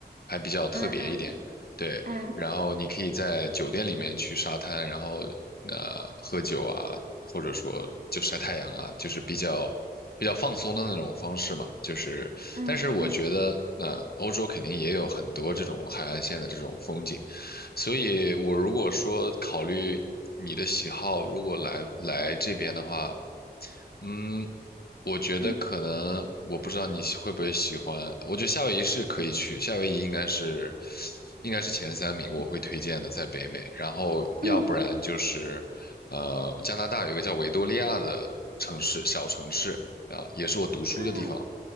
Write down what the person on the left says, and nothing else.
还比较特别一点。
对，
然后你可以在酒店里面去沙滩，然后呃喝酒啊，或者说就晒太阳啊，就是比较比较放松的那种方式嘛。就是，
但是我觉得那、呃欧洲肯定也有很多这种海岸线的这种风景，所以我如果说考虑你的喜好，如果来来这边的话。嗯，我觉得可能我不知道你喜会不会喜欢，
我觉得夏威夷是可以去，夏威夷应该是应该是前三名我会推荐的，在北美。然后要不然就是呃，
加拿大有一个叫维多利亚的城市，小城市啊，也是我读书的地方。